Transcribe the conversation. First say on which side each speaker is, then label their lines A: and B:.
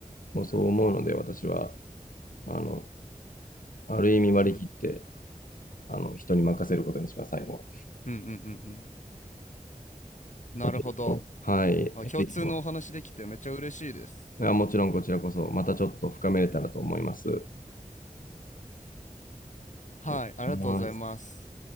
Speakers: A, on the left (about 75°); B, on the left (about 60°).
A: もうそう思うので私は、あの、ある意味割り切って、
B: うん、
A: あの、人に任せることにします、最後は。
B: うんうんうんうん。なるほど。
A: まあ、ちょっと、はい、エレキも
B: あ共通のお話できてめっちゃ嬉しいです。
A: がもちろんこちらこそまたちょっと深めれたらと思います。
B: はい、
A: と思います
B: ありがとうございます。